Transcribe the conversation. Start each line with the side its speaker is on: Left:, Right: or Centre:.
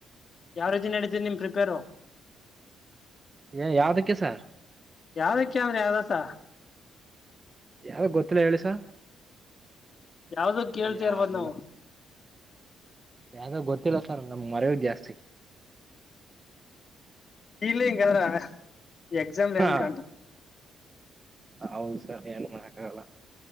Left: ಯಾವ ರೀತಿ ನಡೀತಿದೆ ನಿಮ್ ಪ್ರಿಪೇರು
Right: ಏ ಯಾವ್ದಕ್ಕೆ ಸಾರ್-
Left: ಯಾವ್ದಕ್ಕೆ ಅಂದ್ರೆ ಯಾವ್ದಸ
Right: ಯಾವ್ದ ಗೊತ್ತಿಲ್ಲ ಹೇಳಿಸ
Left: ಯಾವ್ದುಕ್ಕ ಕೇಳ್ತೀರಬೋದು
Right: ಯಾವ್ದಿಲ್ಲ
Left: ನಾವು
Right: ಯಾವ್ದೋ ಗೊತ್ತಿಲ್ಲ ಸರ್ ನಮ್ಗ್ ಮರೆಯು ಜಾಸ್ತಿ
Left: ಇಲ್ಲಿ ಹಿಂಗದ್ರ ಎಕ್ಸಾಮ್ನ್ಗೆ
Right: ಹಾ
Left: ಹೆಂಗ
Right: ಹೌದು ಸರ್ ಏನ್ ಮಾಡಕಾಗಲ್ಲ